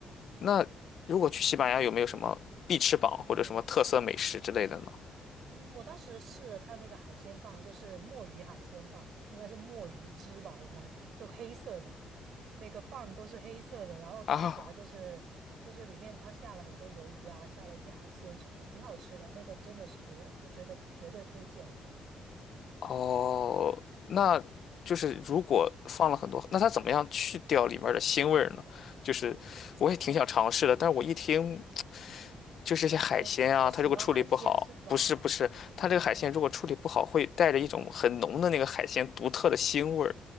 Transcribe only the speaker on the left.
那如果去西班牙有没有什么必吃榜或者什么特色美食之类的呢？
啊，
哦，那就是如果放了很多，
那它怎么样去掉里面的腥味儿呢？就是我也挺想尝试的，
但是我一听就是这些海鲜啊，
它如果处理不好，不是不是，它这个海鲜如果处理不好，
会带着一种很浓的那个海鲜独特的腥味儿。